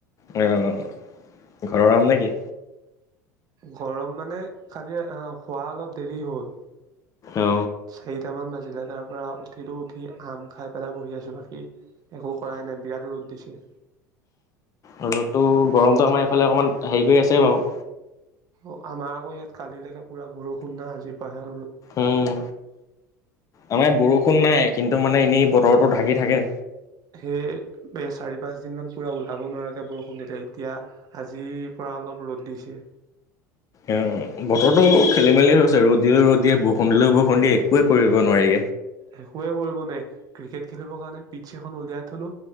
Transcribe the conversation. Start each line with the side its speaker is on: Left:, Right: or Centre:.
Left: অহ ঘৰৰ আম নেকি
Right: গৰম মানে খালি অ খোৱা অলপ দেৰি হ'ল
Left: অ
Right: চাৰিটা মান বাজ তাৰ পৰা উঠিলোঁ উঠি আম খাই পেলাই বহি আছোঁ বাাকী একো কৰাই নাই বিৰাট ৰ'দ দিছে
Left: ৰ'দটো গৰমটো আমাৰ এইফালে অকণমান হেৰি কৰি আছে বাৰু
Right: অ আমাৰ আকৌ ইয়াত কালিলৈকে পুৰা বৰষুণ না আজিৰ পৰা হে
Left: উম আমাৰ ইয়াত বৰষুণ নাই কিন্তু মানে এনেই বতৰটো ঢাকি থাকে।
Right: সেই চাৰি পাঁচ দিন মান পুৰা ওলাব নোৱাকে ব দিলে এতিয়া আজিৰ পৰা অলপ ৰ'দ দিছে
Left: অ বতৰো খেলি মেলি হৈছে ৰ'দ দিলোঁ ৰদ দিয়ে বৰষুণ দিলোঁ বৰষুণ দিয়ে একোৱে কৰিব নোৱাৰি
Right: একোৱে কৰিব নোৱাৰ ক্ৰিকেট খেলিবৰ কাৰণে পিটছ একোয়ে কৰিব নোৱাৰি কিকেত খেলিব কাৰণে পিটছএখন উলিয়াই থলো